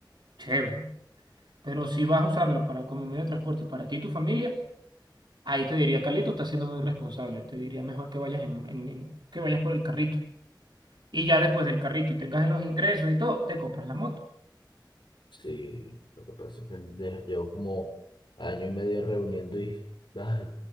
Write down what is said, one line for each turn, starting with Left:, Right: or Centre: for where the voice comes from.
Right: chévere. Pero si vas a usarlo para, como medio de transporte para ti y tu familia, ahí te diría, Carlito, estás siendo muy irresponsable. Te diría mejor que vayas en, en- en- que vayas por el carrito. y ya después del carrito y tengas los ingresos y todo, te compras la moto.
Left: Sí, lo que pasa es que de- llevo como año y medio reuniendo y ay,